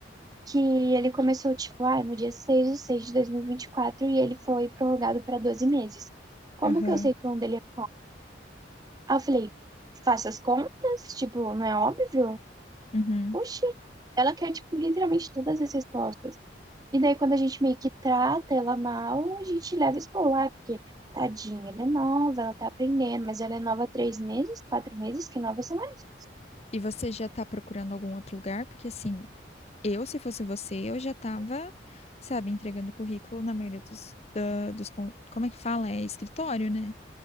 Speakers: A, on the right; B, on the left.
A: que ele começou, tipo, ah, no dia seis de 6 de dois mil e vinte e e quatro e ele foi prorrogado para 12 meses. Como
B: Aham.
A: que eu sei quando ele é qual? Aí eu falei, faça as contas, tipo, não é óbvio?
B: Uhum.
A: Oxi, ela quer, tipo, literalmente todas as respostas. E daí, quando a gente meio que trata ela mal, a gente leva isso pro lar, porque tadinha, ela é nova, ela tá aprendendo, mas ela é nova há três meses, quatro meses, que nova são elas?
B: E você já tá procurando algum outro lugar? Porque assim, eu, se fosse você, eu já tava, sabe, entregando currículo na maioria dos, da- dos, con- como é que fala? É escritório, né?